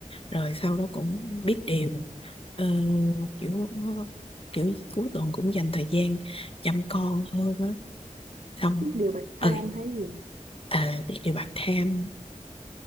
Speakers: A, on the left; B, on the right.
A: rồi sau đó cũng biết điều Ờ, kiểu kiểu cuối tuần cũng dành thời gian chăm con hơn á xong
B: điều bạch tham
A: ừ
B: hay gì
A: ờ, biết điều bạc tham